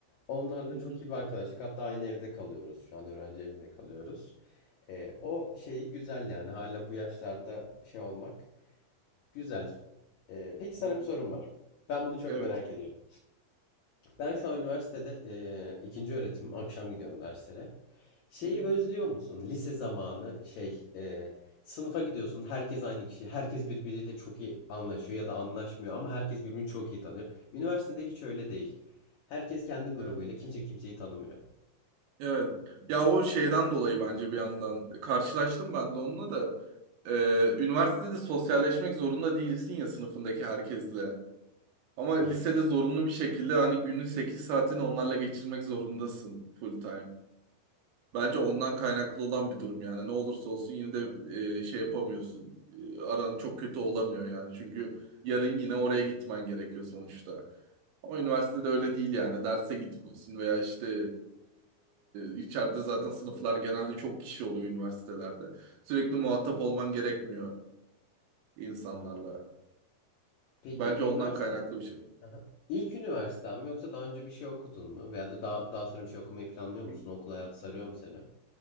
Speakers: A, on the left; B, on the right.
A: Onlarla
B: Hı
A: çok
B: hı.
A: iyi bir arkadaşlık. Hatta aynı evde kalıyoruz. Şu an öğrenci evinde kalıyoruz. Ee, o şeyi güzel yani. Hala bu yaşlarda şey olmak güzel. Ee, peki sana
B: Hı hı.
A: bir sorum var. Ben bunu çok
B: Evet.
A: merak ediyorum. Ben şu an üniversitede eee, ikinci öğretimim. Akşam gidiyorum derslere. Şeyi
B: Hı hı.
A: özlüyor musun? Lise zamanı şey eee, sınıfa gidiyorsun. Herkes aynı kişi. Herkes birbiriyle çok iyi anlaşıyor ya da anlaşmıyor ama herkes birbirini çok iyi tanıyor. Üniversitede hiç öyle
B: Hı
A: değil. Herkes kendi grubuyla.
B: hı.
A: Kimse kimseyi tanımıyor.
B: Evet. Ya o şeyden dolayı bence bir yandan e, karşılaştım ben de onunla da Ee, üniversitede sosyalleşmek zorunda değilsin ya sınıfındaki herkesle. Ama lisede
A: Evet.
B: zorunlu bir şekilde hani günün 8 saatini onlarla geçirmek zorundasın full time. Bence ondan kaynaklı olan bir durum yani. Ne olursa olsun yine de e, şey yapamıyorsun. E, aran çok kötü olamıyor yani. Çünkü yarın yine oraya gitmen gerekiyor sonuçta. Ama üniversitede öyle değil yani. Derse gitmiyorsun veya işte e, içeride zaten sınıflar genelde çok kişi oluyor üniversitelerde. Sürekli muhatap olman gerekmiyor insanlarla.
A: evet. Peki
B: Bence ondan
A: üniversite?
B: kaynaklı bir şey.
A: Aha. İlk üniversiten mi yoksa daha önce bir şey okudun mu? Veya da daha, daha sonra bir şey okumayı planlıyor
B: Hı?
A: musun? Okul hayatı sarıyor mu seni?